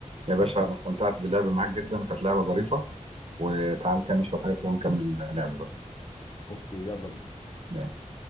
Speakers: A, on the right; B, on the left.
A: يا باشا أنا استمتعت باللعب معاك جدا كانت لعبة ظريفة وتعال كده نشرب حاجة كده ونكمل لعب بقى
B: أوكي يلا بينا
A: يلا